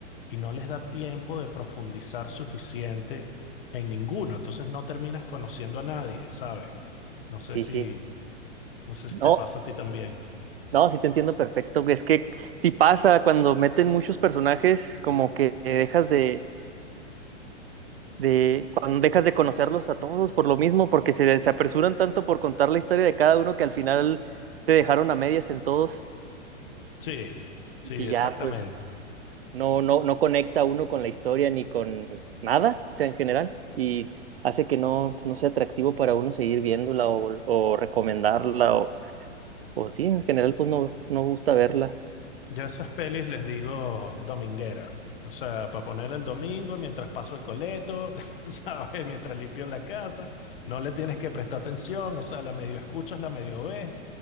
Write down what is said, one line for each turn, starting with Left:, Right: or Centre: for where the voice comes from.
Left: y no les da tiempo de profundizar suficiente en ninguno. Entonces no terminas conociendo a nadie, ¿sabes? No sé
Right: Sí,
Left: si,
Right: sí.
Left: no sé si
Right: No.
Left: te pasa a ti también.
Right: No, sí te entiendo perfecto. Es que si pasa cuando meten muchos personajes, como que dejas de, de, cuando dejas de conocerlos a todos por lo mismo, porque se, se apresuran tanto por contar la historia de cada uno que al final te dejaron a medias en todos
Left: Sí, sí,
Right: y
Left: exactamente.
Right: ya pues no, no, no conecta uno con la historia ni con nada, o sea, en general, y hace que no, pues, no sea atractivo para uno seguir viéndola o, o recomendarla o, o sí, en general pues no, no gusta verla.
Left: Yo a esas pelis les digo dominguera. O sea, para ponerla el domingo mientras paso el coleto, <laughs> ¿sabes? Mientras limpio la casa, no le tienes que prestar atención, o sea, la medio escuchas, la medio ves,